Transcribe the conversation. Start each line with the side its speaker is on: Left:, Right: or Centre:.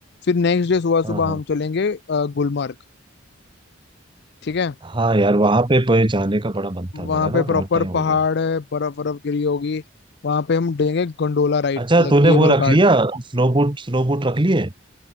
Left: फिर नेक्स्ट डे सुबह
Right: हाँ
Left: सुबह
Right: हाँ
Left: हम चलेंगे अ, गुलमर्ग ठीक है
Right: हाँ यार वहां पे पे जाने का बड़ा मन
Left: वहाँ
Right: था मेरा
Left: पे
Right: ना
Left: प्रॉपर
Right: बहुत टाइम हो
Left: पहाड़
Right: गया
Left: है बर्फ बर्फ गिरी होगी वहाँ पे हम देंगे गंडोला राइड
Right: अच्छा
Left: मतलब
Right: तूने
Left: केबल
Right: वो रख
Left: कार्ट
Right: लिया स्नो बूट स्नो बूट रख लिए